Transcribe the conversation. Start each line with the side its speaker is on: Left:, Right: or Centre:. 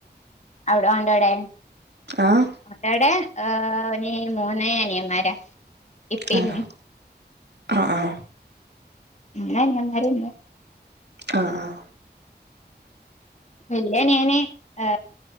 Left: അവിടെ ഓന്റോടെ
Right: ആഹ്
Left: ഓന്റൊടെ ഏ ഒന് മൂന്ന് അനിയന്മാരാ ഇപ്പിം
Right: ആഹ് ആഹ് ആഹ്
Left: ഇമ്മീം മൂന്നനിയന്മാരെന്നെ
Right: ആഹ് ആഹ്
Left: വല്ല്യ അനിയന് ഏ